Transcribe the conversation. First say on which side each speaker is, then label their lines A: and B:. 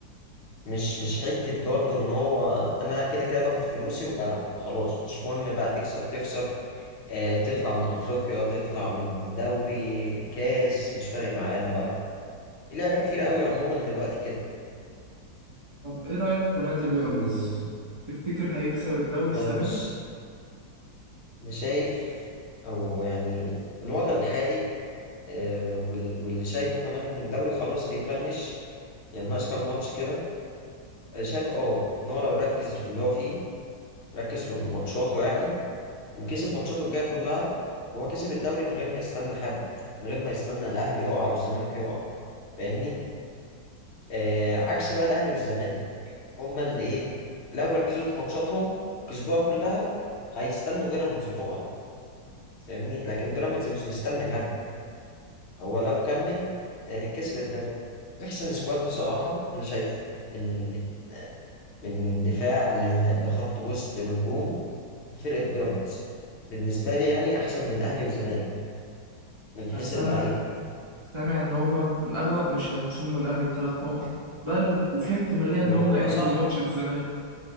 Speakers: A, on the left; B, on the right.
A: مش مش حتة برضو ان هو انا كده كده باخد فلوسي وبلعب خلاص مش مهم بقى تكسب تخسر آه تطلع من افريقيا تطلع من دوري كاس مش فارق معايا انا بلعب في لعبة كتير قوي عموما دلوقتي كده
B: طب إيه رأيك في نادي بيراميدز؟
A: يعني
B: تفتكر هيكسب الدوري
A: والله
B: السنة
A: بص
B: دي؟
A: انا شايف او يعني الوضع الحالي آه وال- واللي شايفه كمان الدوري خلاص بيفنش يعني ناقص كام ماتش كده انا شايف اه ان هو لو ركز في اللي هو فيه ركز في ماتشاته يعني وكسب ماتشاته الجايه كلها هو كسب الدوري من غير ما يستنى حد من غير ما يستنى الاهلي يقع والزمالك يقع فاهمني آه عكس بقى الاهلي والزمالك هما اللي ايه لو ركزوا في ماتشاتهم وكسبوها كلها هيستنوا بيراميدز تقع فاهمني لكن بيراميدز مش مستني حد هو لو كمل آه كسب الدوري احسن سكواد بصراحه انا شايفه من من من دفاع له- لخط وسط لهجوم فرقه بيراميدز بالنسبه لي يعني احسن من اهلي وزمالك من حيث
B: بس
A: اللعيبه
B: أنا سامع ان هم في الاغلب مش هيخصموا من الاهلي الثلاث نقط بل وفي احتماليه
A: وصح
B: ان هم يعيدوا ماتش الزمالك